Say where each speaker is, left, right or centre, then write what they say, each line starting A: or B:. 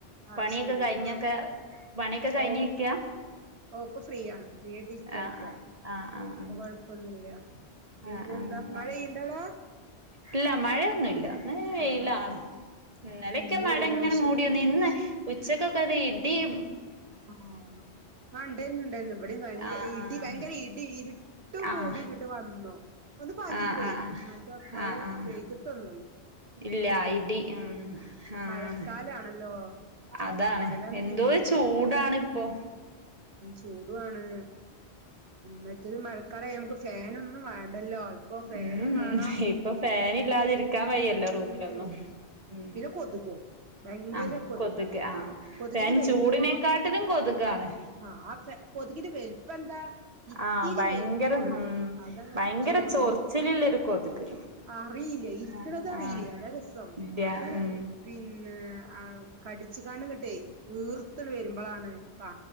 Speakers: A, on the right; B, on the right.
A: അത്
B: പണിയൊക്കെ
A: ശരി
B: കഴിഞ്ഞൊക്കെ
A: ആ
B: പണിയൊക്കെ കഴിഞ്ഞിക്കാ
A: ഓ ഓ ഇപ്പൊ ഫ്രീയണ് ഫ്രീയയിട്ട് ഇരിക്കാണ്
B: ആഹ്
A: ഇപ്പോ
B: ആഹ് ആഹ് ആഹ്
A: അ കൊഴപ്പൊന്നുംല്ല പിന്നെ
B: ആഹ്
A: എന്താ മഴ
B: ആഹ്
A: ഇണ്ടോടാ
B: ഇല്ല മഴയൊന്നുമല്ല ഇന്നല വെയിലാണ്
A: ആ
B: ഇന്നലെയൊക്കെ
A: ഇന്ന്
B: മഴ
A: വെയിലാണ്
B: ഇങ്ങനെ
A: പക്ഷെ
B: മൂടിയോന്ന് ഇന്ന് ഉച്ചക്കൊക്കതെ ഇഡിയും
A: ആ ആ ഉണ്ടായിരുന്നു ഇണ്ടായിരുന്നു ഇവിടെ ഭയങ്ക
B: ആഹ് ആഹ്
A: ഇടി ഭയങ്കര ഇടി ഇരു ട്ടും
B: ആഹ്
A: മൂടി ഇങ്ങോട്ട് വന്നു ഒന്ന് പാറ്റിപ്പോയി
B: ആഹ് ആഹ് ആഹ്
A: മഴ
B: ആഹ് ആഹ്
A: പെയ്തിട്ടൊന്
B: ഇല്ല ഇടി ഉം ആഹ്
A: മഴക്കാലാണല്ലോ
B: അതാണ്
A: മഴയൊന്നുംല്ലല്ലോ
B: എന്തോ ചൂടണ് ഇപ്പോ
A: ചൂടുആണ് മറ്റത് മഴക്കാലായാ നമുക്ക് ഫാനൊന്നും വാ ണ്ടല്ലോ ഇപ്പൊ ഫേനും
B: ഉം
A: വേണം
B: ഇപ്പൊ ഫാനില്ലാതിരിക്കാൻ വയ്യല്ലോ റൂമിലൊന്നും
A: ഉം
B: ഉം
A: പിന്നെ കൊതുകും ഭയങ്കര
B: ആഹ്
A: കൊതുകാണ്
B: കൊതുക് ആഹ്
A: കൊതുകിന്റെ
B: ഫാൻ
A: വലുപ്പോ
B: ചൂടിനെക്കാട്ടിലും കൊതുകാണ്
A: ആ ആചെ കൊതുക്കിന്റെ വലുപ്പം എന്താ ഇത്തിരി
B: ആഹ് ഭയങ്കര
A: വലുപ്പള്ളൂ
B: ഉം
A: അതങ്ങോട്ട്
B: ഭയങ്കര
A: ച്ചൊ റി
B: ചൊറിച്ചിലില്ലൊരു കൊതുക്
A: അറിയില്ല ഇരിക്കണത
B: ആഹ്
A: അറിയില്ല
B: ആഹ്
A: അതാ രസം
B: ഇല്ല
A: അത്
B: ഉം
A: പിന്നെ ആ കടിച്ചു കാണ്ടുങ്കട്ടെ വീർത്ത് വരുമ്പൊളാണ് കാ